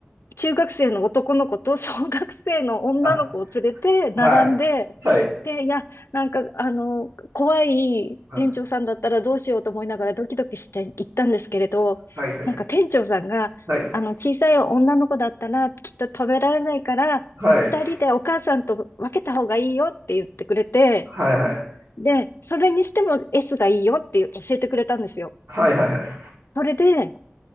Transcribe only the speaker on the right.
あ、はい。はい。
はい。はい。は
い。
はい。
はい。は
い。はい。はい。はい。